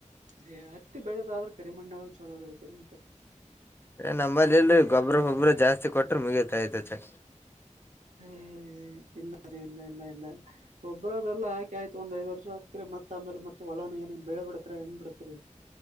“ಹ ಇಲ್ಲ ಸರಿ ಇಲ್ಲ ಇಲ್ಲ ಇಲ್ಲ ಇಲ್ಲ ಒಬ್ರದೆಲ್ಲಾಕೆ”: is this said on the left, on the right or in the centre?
Right